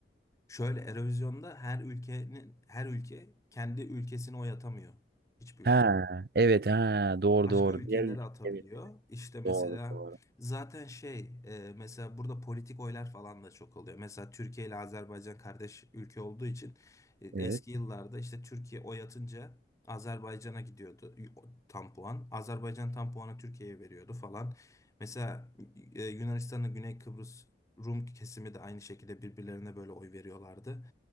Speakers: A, on the left; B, on the right.
A: Şöyle Eurovision'da her ülkenin her ülke kendi ülkesine oy atamıyor. Hiçbir
B: Ha,
A: ülke.
B: evet ha doğru
A: başka
B: doğru.
A: ülkelere
B: Diğer ülke-
A: atabiliyor.
B: evet
A: İşte mesela
B: doğru doğru.
A: zaten şey e, mesela burada politik oylar falan da çok oluyor. Mesela Türkiye ile Azerbaycan kardeş ülke olduğu için e, eski
B: Evet.
A: yıllarda işte Türkiye oy atınca Azerbaycan'a gidiyordu y- o- tam puan. Azerbaycan tam puanı Türkiye'ye veriyordu falan. Mesela e, Yunanistan'ın Güney Kıbrıs Rum kesimi de aynı şekilde birbirlerine böyle oy veriyorlardı.